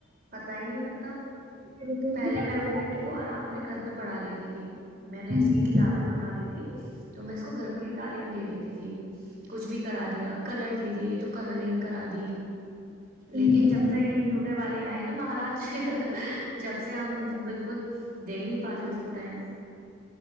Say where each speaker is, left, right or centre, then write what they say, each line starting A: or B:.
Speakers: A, on the right; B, on the right.
A: پتا ہی نہیں لگتا
B: بالکل
A: پہلے
B: ہاں
A: میں اپنے بیٹے کو آرام سے گھر پہ پڑھا لیتی تھی میں نے اس کی
B: جی
A: کتابیں منگا دی تھھی تو میں اس کو گھر پر ہی تعلیم دے دیتی تھی کچھ بھی کرا دیا کلر دے دیے تو کلرنگ کرا دی
B: جی
A: لیکن جب
B: اوکے
A: تک یہ ٹوٹے والے آئے نا مہاراج جب سے ہم بالکل دے ہی نہیں پاتے اس کو ٹائم